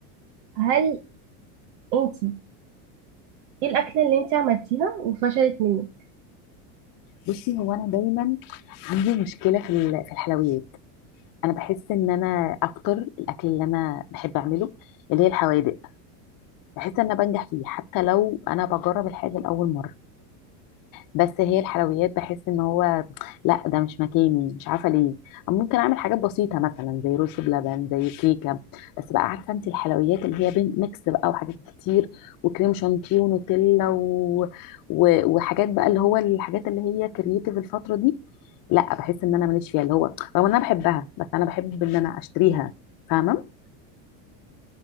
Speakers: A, on the right (about 65°); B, on the left (about 45°).
A: هل انت ايه الاكله اللي انت عملتيها وفشلت منك
B: بصي هو انا دايما عندي مشكله في ال- في الحلويات انا بحس ان انا اكتر الاكل اللي انا بحب اعمله اللي هي الحوادق بحس ان انا بنجح فيه حتى لو انا بجرب الحاجه لاول مره بس هي الحلويات بحس ان هو لا ده مش مكاني مش عارفه ليه ممكن اعمل حاجات بسيطه مثلا زي رز بلبن زي كيكه بس بقى عارفه انت الحلويات اللي هي بين ميكس بقى وحاجات كتير وكريم شانتيه ونوتيلا و... و... وحاجات بقى اللي هو الحاجات اللي هي كرييتيف الفتره دي لا بحس ان انا ماليش فيها اللي هو رغم ان انا بحبها بس انا بحب ان انا اشتريها فاهمه